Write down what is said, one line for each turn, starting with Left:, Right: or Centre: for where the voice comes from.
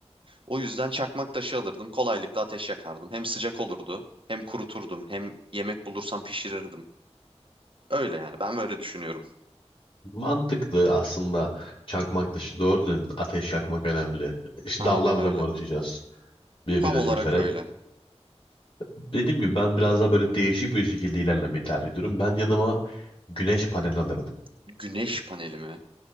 Right: O yüzden çakmak taşı alırdım. Kolaylıkla ateş yakardım. Hem sıcak olurdu, hem kuruturdum, hem yemek bulursam pişirirdim. Öyle yani. Ben böyle düşünüyorum.
Left: Mantıklı aslında çakmak taşı doğru ateş yakmak önemli. İşte
Right: Aynen
Left: dallarla
Right: öyle.
Left: mı uğraşacağız birbirine
Right: Tam olarak
Left: sürterek?
Right: öyle.
Left: Dediğim gibi ben biraz daha böyle değişik bir şekilde ilerlemeyi tercih ediyorum. Ben yanıma güneş paneli alırdım.
Right: Güneş paneli mi?